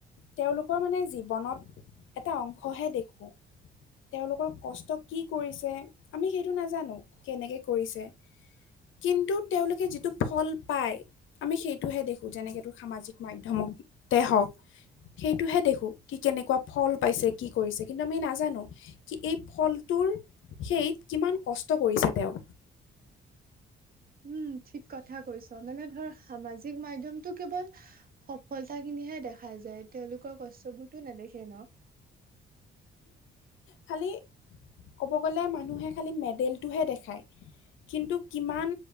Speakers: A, on the left (about 80°); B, on the right (about 45°).
A: তেওঁলোকৰ মানে জীৱনত এটা অংশহে দেখোঁ
B: <unintelligible>
A: তেওঁলোকৰ কষ্ট কি কৰিছে আমি সেইটো নাজানো কেনেকে কৰিছে কিন্তু তেওঁলোকে যিটো ফল পায় আমি সেইটোহে দেখোঁ যেনেকেতো সামাজিক মাধ্যমতে হওক সেইটোহে দেখোঁ কি কে এনেকোৱা ফল পাইছে কি কৰিছে কিন্তু আমি নাজানো কি এই ফলটোৰ সেইত কিমান কষ্ট কৰিছে তেওঁ
B: <unintelligible> উম ঠিক কথা কৈছ মানে ধৰ সামাজিক মাধ্যমটো কেৱল সফলতা খিনিহে দেখা দেখা যায় তেওঁলোকৰ কষ্টবোৰতো নেদেখে ন
A: খালি ক'ব গ'লে মানুহে খালি মেডেলটোহে দেখায় কিন্তু কিমান